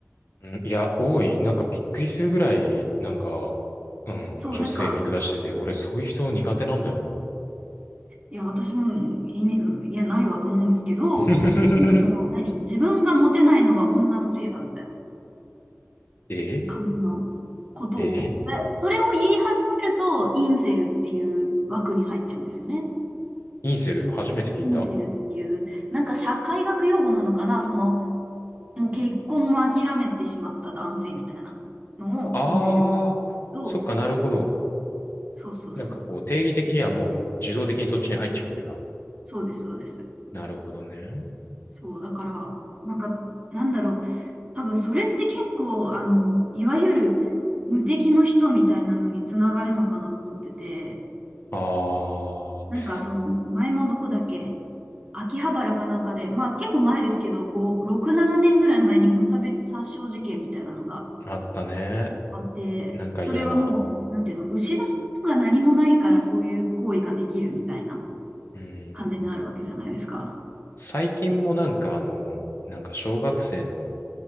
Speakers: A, on the left; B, on the right.
A: うん、いや、多い。なんかびっくりするぐらい、なんか、うん、
B: そう、
A: 女性見下してて、
B: なんか、
A: 俺そういう人苦手なんだよな。
B: いや、私も、いねいや、ないわと思うんですけど、
A: <laughs>
B: なんかその、何自分がモテないのは女のせいだみたいな
A: え
B: 感じのことを、
A: ええ
B: で、それを言い始めると、インセルっていう枠に入っちゃうんですよね。
A: インセル、初めて聞いた。
B: インセルっていう、なんか社会学用語なのかなその、もう結婚も諦めてしまった男性みたいなのをインセルって言うんですけど、
A: ああ、そっかなるほど。
B: そうそうそう。
A: なんかこう、定義的にはもう自動的にそっちに入っちゃうわけだ。
B: そうです、そうです。
A: なるほどね。
B: そう、だから、なんか、なんだろう。多分、それって結構、あの、いわゆる無敵の人みたいなのにつながるのかなと思ってて、
A: あ
B: なんか、その、前もどこだっけ秋葉原かなんかで、まあ、結構前ですけど、こう、6、7年ぐらい前に無差別殺傷事件みたいなのが
A: あ、あったね。
B: あって、
A: なんか嫌な。
B: それはもう、なんていうの、失うことが何もないから、そういう行為ができるみたいな
A: うん。
B: 感じになるわけじゃないですか。
A: 最近もなんかあの、なんか小学生の、